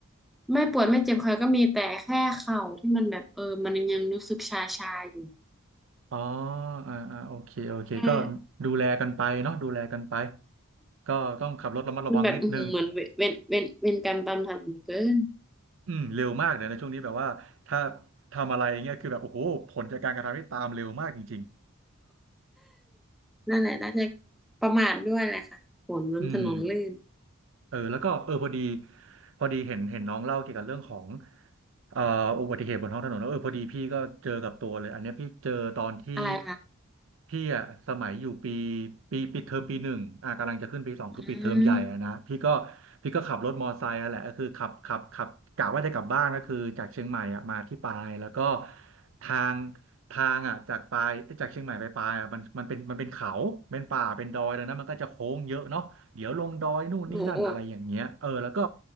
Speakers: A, in the centre; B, on the right (about 65°).
A: ไม่ปวดไม่เจ็บคอก็มีแต่แค่เข่าที่มันแบบเออมันยังรู้สึกชาๆอยู่
B: อ๋ออ่าอ่าโอเคโอเค
A: ใช่
B: ก็ดูแลกันไปเนาะดูแลกันไปก็ต้องขับรถระมัดระวังนิดนึง
A: มันแบบอื้อหือเหมือนเวเวนเวนเวนกรรมตามทันเหลือเกิน
B: อืมเร็วมากเดี๋ยวในช่วงนี้แบบว่าถ้าทำอะไรเงี้ยคือแบบโอ้โหผลจากการกระทำที่ตามเร็วมากจริง
A: นั่นแหละน่าจะประมาทด้วยแหละค่ะฝนมันถนนลื่น
B: ๆอืม เออแล้วก็เออพอดีพอดีเห็นเห็นน้องเล่าเกี่ยวกับเรื่องของเอ่ออุบัติเหตุบนท้องถนนแล้วเออพอดีพี่ก็เจอกับตัวเลยอันเนี้ยพี่เจอตอนที่
A: อะไรคะ
B: พี่อ่ะสมัยอยู่ปีปีปีเทอมปีหนึ่งอ่ะกำลังจะขึ้นปีสองคือปีเทอมใหญ่อ่ะนะพี่ก็
A: อืม
B: พี่ก็ขับรถมอไซค์อ่ะแหละก็คือขับขับขับกะว่าจะกลับบ้านก็คือจากเชียงใหม่อ่ะมาที่ปายแล้วก็ทางทางอ่ะจากปายจากเชียงใหม่ไปปายอ่ะมันมันเป็นมันเป็นเขาเป็นป่าเป็นดอยแล้วนะมันก็จะโค้งเยอะเนาะ เดี๋ยวลงดอยนู่นนี่นั่นอะไรอย่างเงี้ยเออแล้วก็
A: โอ้โห